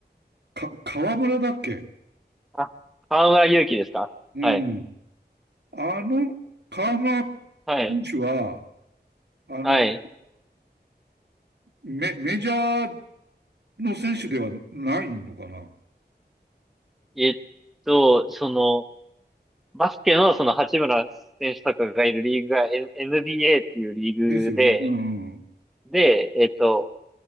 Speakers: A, on the right; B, in the centre.
A: か、河村だっけ
B: あ、河村勇輝ですかはい。
A: うん。あの、河村
B: はい。
A: 選手は、あの、
B: はい。
A: メ、メジャーの選手ではないのかな
B: えっと、その、バスケのその八村選手とかがいるリーグが N- NBA っていうリーグで、
A: ですよね。うん。
B: で、えっと、